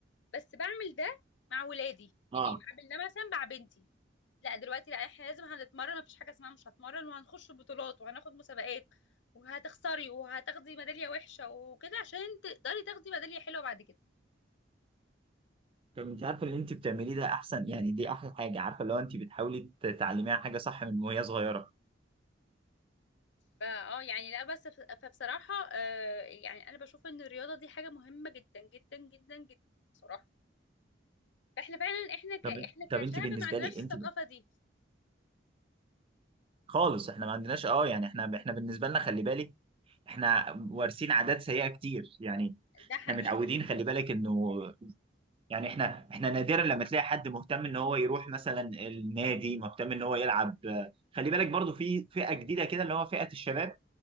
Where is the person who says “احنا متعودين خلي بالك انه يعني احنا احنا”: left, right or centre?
Right